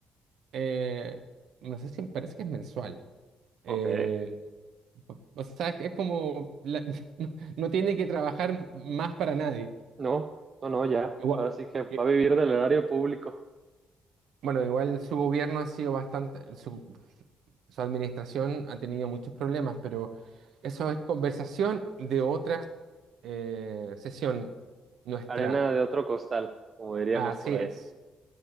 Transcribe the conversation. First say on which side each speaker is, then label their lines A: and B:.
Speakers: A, on the right (about 60°); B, on the right (about 40°).
A: eh, no sé si parece que es mensual.
B: ok.
A: Eh, o o sea, es como, la- <laughs> no, no tiene que trabajar más para nadie.
B: No, no, no, ya.
A: Igual,
B: Ahora sí que va
A: eh,
B: a vivir del erario público.
A: bueno, igual su gobierno ha sido bastante, su, su administración ha tenido muchos problemas, pero eso es conversación de otra eh, sesión nuestra.
B: Arena de otro costal, como diríamos
A: Así
B: por ahí.
A: es.